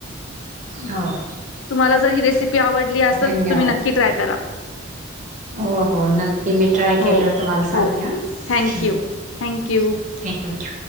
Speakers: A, on the right; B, on the left.
A: हवं
B: तुम्हाला जर ही रेसिपी आवडली असेल
A: धन्यवाद
B: तर तुम्ही नक्की ट्राय करा
A: हो हो नक्की मी ट्राय
B: हो
A: केलं होत तुम्हाला
B: हो
A: सांगते
B: थँक्यू थँक्यू
A: थँक्यू